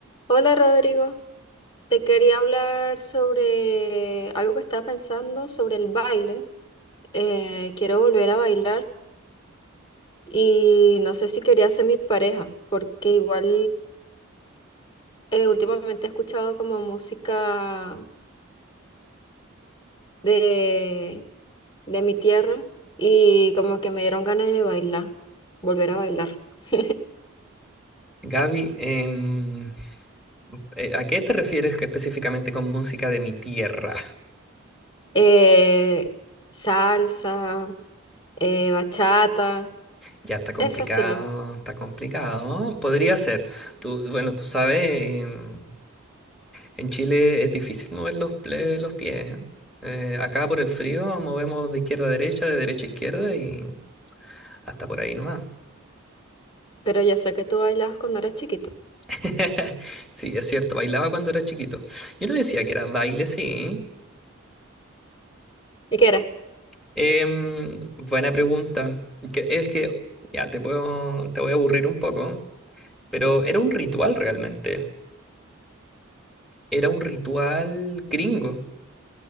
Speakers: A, on the left; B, in the centre.
A: Hola Rodrigo, te quería hablar sobre algo que estaba pensando sobre el baile. Eh, quiero volver a bailar y no sé si quería ser mi pareja, porque igual eh, últimamente he escuchado como música de, de mi tierra y como que me dieron ganas de bailar, volver a bailar. <laughs>
B: Gaby, em, eh, ¿a qué te refieres que específicamente con música de mi tierra?
A: Eh, salsa, eh, bachata,
B: Ya está complicado,
A: ese estilo.
B: está complicado. Podría ser. Tú, bueno, tú sabes, em, en Chile es difícil mover los, ple- los pies, ¿eh? Eh, acá por el frío movemos de izquierda a derecha, de derecha a izquierda y hasta por ahí nomás.
A: Pero yo sé que tú bailabas cuando eras chiquito.
B: <laughs> Sí, es cierto, bailaba cuando era chiquito. Yo no decía que era baile, sí.
A: ¿Y qué era?
B: Em, buena pregunta. Que- Es que, ya, te puedo, te voy a aburrir un poco, pero era un ritual realmente. Era un ritual gringo.